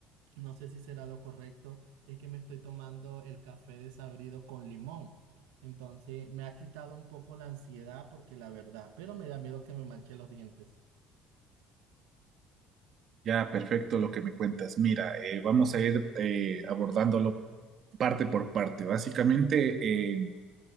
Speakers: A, on the right; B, on the right.
A: No sé si será lo correcto, es que me estoy tomando el café desabrido con limón. Entonces me ha quitado un poco la ansiedad porque la verdad, pero me da miedo que me manche los dientes.
B: Ya, perfecto lo que me cuentas. Mira, eh, vamos a ir eh, abordándolo parte por parte. Básicamente, eh,